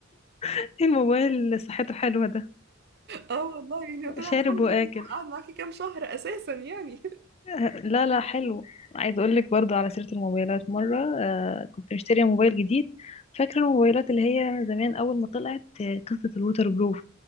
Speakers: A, on the left (about 30°); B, on the right (about 50°).
A: ايه الموبايل اللي صحته حلوة ده
B: اه والله يعني قلت لها
A: شارب
B: الحمد
A: واكل
B: لله ان هو قعد
A: <laughs>
B: معاكي كام شهر اساسا يعني <laughs>
A: آه، لا لا حلو عايز اقول لك برضو على سيرة الموبايلات مرة آه، كنت مشترية موبايل جديد فاكرة الموبايلات اللي هي زمان اول ما طلعت آه، قصة الووتر بروف